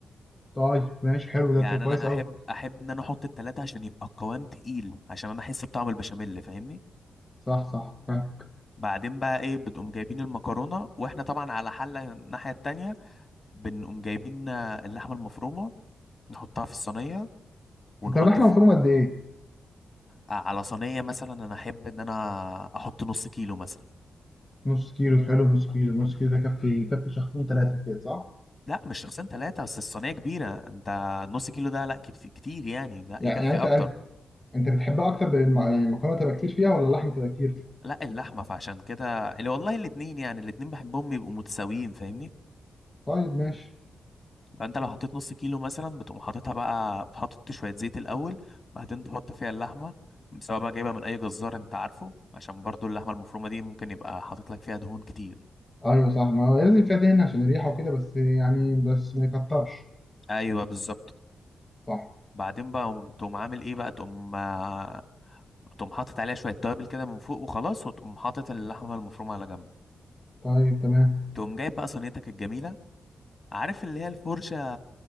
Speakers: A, on the left; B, on the left.
A: طيب ماشي حلو ده
B: يعني
A: كده كويس
B: انا احب
A: قوي
B: احب ان انا احط التلاتة عشان يبقى القوام تقيل عشان انا احس بطعم البشاميل فاهمني
A: صح صح فاهم
B: بعدين بقى ايه بتقوم جايبين المكرونة واحنا طبعا على حلة الناحية التانية بنقوم جايبين آه، اللحمه المفرومه نحطها في الصينيه ونحط
A: طب اللحمه
B: في
A: مفرومه قد ايه
B: آه، على صينيه مثلا انا احب ان انا احط نص كيلو مثلا
A: نص كيلو حلو نص كيلو نص كيلو ده كفي كفي شخصين ثلاثه كده صح
B: لا مش شخصين ثلاثه بس الصينيه كبيره انت نص كيلو ده لا كت- كتير يعني لا
A: يعني
B: يكفي
A: يعني انت
B: اكتر
A: انت أنت بتحبها اكتر بالم- يعني المكرونه تبقى كتير فيها ولا اللحمه تبقى كتير
B: لا اللحمه فعشان كده اللي والله الاتنين يعني الاتنين بحبهم يبقوا متساويين فاهمني
A: طيب ماشي
B: فانت لو حطيت نص كيلو مثلا بتقوم حاططها بقى بتحط شويه زيت الاول بعدين تحط فيها اللحمه سواء بقى جايبها من اي جزار انت عارفه عشان برضو اللحمه المفرومه دي ممكن يبقى حاطط لك فيها دهون كتير
A: ايوه صح ما هو لازم فيها دهن عشان الريحه وكده بس يعني بس ما يكترش
B: ايوه بالظبط
A: صح
B: بعدين بقى تقوم عامل ايه بقى تقوم آه، تقوم حاطط عليها شويه توابل كده من فوق وخلاص وتقوم حاطط اللحمه المفرومه على جنب
A: طيب تمام
B: تقوم جايب بقى صينيتك الجميله عارف اللي هي الفرشه